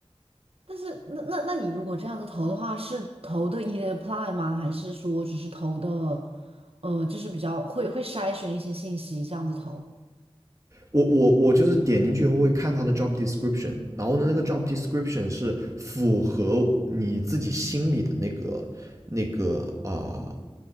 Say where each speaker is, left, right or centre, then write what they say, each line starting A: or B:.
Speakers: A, on the right (about 65°); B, on the right (about 30°).
A: 但是那那那你如果这样子投的话，是投的 e apply 吗？还是说只是投的，呃，就是比较会会筛选一些信息这样子投？
B: 我我我就是点进去以后会看他的 job description，然后呢，那个 job description 是符合你自己心里的那个那个啊、呃